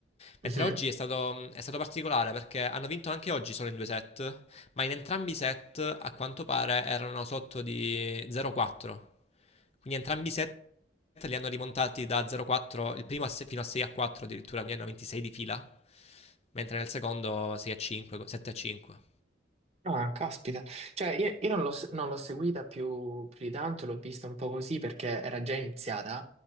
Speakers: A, on the left; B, on the right.
A: Mentre
B: mhm.
A: oggi è stato, è stato particolare perché hanno vinto anche oggi solo in due set, ma in entrambi i set a quanto pare erano sotto di 0,4. Quindi entrambi i set li hanno rimontati da 0,4, il primo a se- fino a 6 a 4 addirittura, quindi hanno 26 di fila, mentre nel secondo 6 a 5, 7 a 5.
B: Ah, caspita. Cioè, io, io non l'ho non l'ho seguita più, più di tanto, l'ho vista un po' così perché era già iniziata,